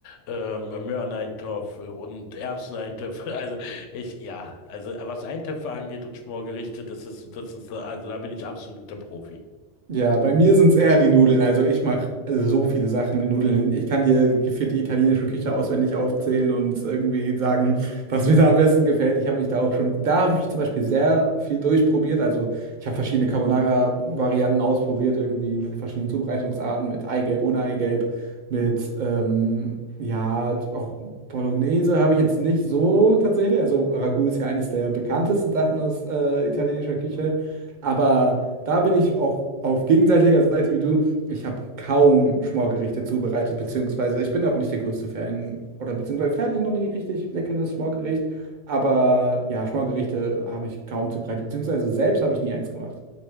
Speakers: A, on the left; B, on the right.
A: ähm, Möhreneintopf und Erbseneintöpfe. <laughs> Also ich, ja, also was Eintöpfe angeht und Schmorgerichte, das ist, das ist, also da bin ich absoluter Profi.
B: Ja, bei mir sind es eher die Nudeln. Also ich mache so viele Sachen mit Nudeln. Ich kann dir gefühlt die italienische Küche auswendig aufzählen und irgendwie sagen, was mir da am besten gefällt. Ich habe mich da auch schon, da habe ich zum Beispiel sehr viel durchprobiert. Also ich habe verschiedene Carbonara-Varianten ausprobiert, irgendwie mit verschiedenen Zubereitungsarten, mit Eigelb, ohne Eigelb. Mit, ähm, ja, auch Bolognese habe ich jetzt nicht so tatsächlich. Also Ragu ist ja eines der bekanntesten Sachen aus äh, italienischer Küche. Aber da bin ich auch auf gegenseitiger Seite wie du. Ich habe kaum Schmorgerichte zubereitet, beziehungsweise ich bin auch nicht der größte Fan. Oder beziehungsweise vielleicht hatte ich noch nie richtig leckeres Schmorgericht. Aber ja, Schmorgerichte habe ich kaum zubereitet, beziehungsweise selbst habe ich nie eins gemacht.